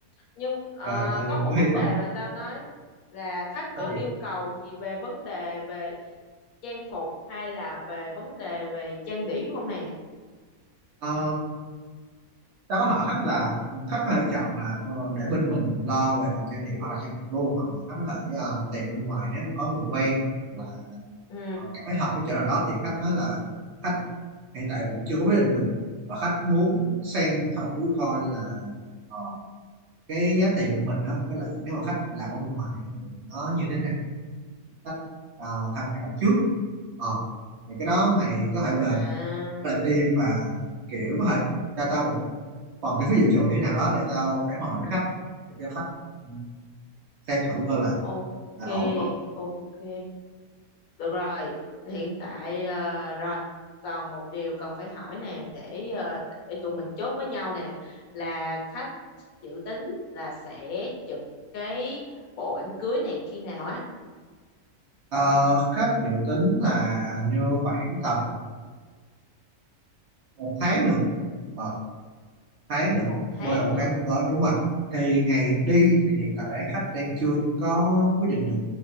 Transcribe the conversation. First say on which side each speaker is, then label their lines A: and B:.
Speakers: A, on the left (about 70°); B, on the right (about 55°).
A: nhưng ờ,
B: à, coi như
A: có một
B: cứ
A: vấn
B: hy vọng
A: đề mà tao nói là khách
B: là
A: có
B: gì?
A: yêu cầu gì về vấn đề về trang phục hay là về vấn đề về trang điểm không nè
B: ờ, tao có hỏi khách là ừ, khách có thể chọn là ờ, để bên mình lo về phần trang điểm hoặc là trang phục luôn hoặc là khách có thể ờ, tìm bên ngoài nếu mà có người quen hoặc là
A: ừ
B: ờ, cảm thấy hợp với chỗ nào đó thì khách nói là khách hiện tại vẫn chưa có quyết định được và khách muốn xem thử coi là ờ, cái giá tiền bên mình đó với lại nếu mà khách làm ở bên ngoài á, thì nó như thế nào khách ờ, tham khảo trước ờ thì cái đó mày có thể
A: à
B: về lại team và kiểu có thể cho tao một phần cái phiếu dự trù như thế nào đó để tao phản hồi lại với khách để cho khách ừ, xem thử coi là,
A: ok
B: là ổn không
A: ok Được rồi, hiện tại ờ, rồi còn một điều cần phải hỏi nè để ờ, để tụi mình chốt với nhau nè là khách dự tính là sẽ chụp cái bộ ảnh cưới này khi nào á?
B: Ờ, khách dự tính là hình như khoảng tầm một tháng nữa Ờ, Thái nữa
A: Một tháng
B: bao đầu
A: nữa.
B: Thái nữa tới đúng rồi thì ngày đi thì hiện tại đang khách đang chưa có quyết định được